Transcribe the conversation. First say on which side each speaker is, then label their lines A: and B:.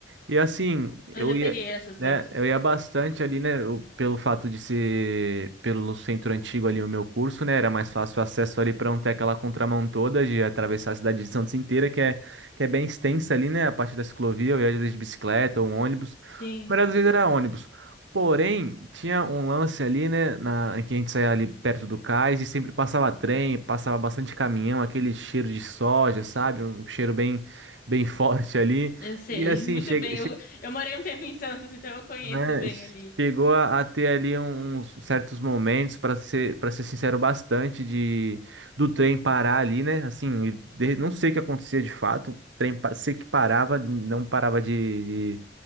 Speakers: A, on the right; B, on the left.
A: E assim, eu
B: Eu já
A: ia
B: peguei essas
A: né?
B: balsas.
A: Eu ia bastante ali, né? eu- pelo fato de ser pelo centro antigo ali o meu curso, né? Era mais fácil o acesso ali para não ter aquela contramão toda de atravessar a cidade de Santos inteira, que é, que é bem extensa ali, né? A parte da ciclovia, eu ia às vezes de bicicleta ou um ônibus. A
B: Sim.
A: maioria das vezes era ônibus. Porém, tinha um lance ali, né? Na, em que a gente saía ali perto do cais e sempre passava trem, passava bastante caminhão, aquele cheiro de soja, sabe? Um cheiro bem, bem <laughs> forte ali.
B: Eu sei,
A: E assim,
B: <laughs> muito
A: chega,
B: bem. Eu, eu morei um tempo em Santos, então eu conheço
A: né,
B: bem ali.
A: chegou a, a ter ali um, uns certos momentos, para ser, para ser sincero, bastante de do trem parar ali, né? Assim, de- não sei o que acontecia de fato. O trem pa- sei que parava, não parava de